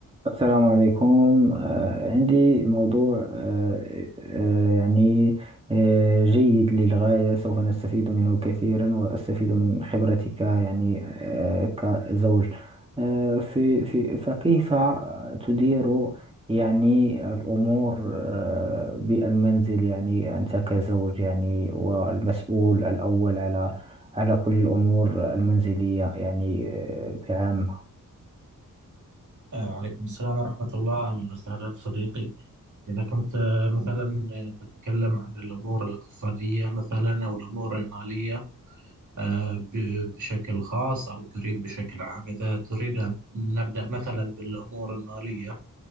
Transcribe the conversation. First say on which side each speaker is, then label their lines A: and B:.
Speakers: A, on the right; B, on the right.
A: السلام عليكم آه، عندي موضوع آه، آه، يعني آه، جيد للغاية سوف نستفيد منه كثيرا وأستفيد من خبرتك يعني آه، كزوج آه، في في فكيف تدير يعني الأمور آه، بالمنزل يعني أنت كزوج يعني والمسؤول الأول على على كل الأمور المنزلية يعني آه، بعامة
B: آه، وعليكم السلام ورحمة الله أهلا وسهلا صديقي إذا كنت آه، مثلا آه، تتكلم عن الأمور الاقتصادية مثلا أو الأمور المالية آه، ب- بشكل خاص أو تريد بشكل عام إذا تريد أن نبدأ مثلا بالأمور المالية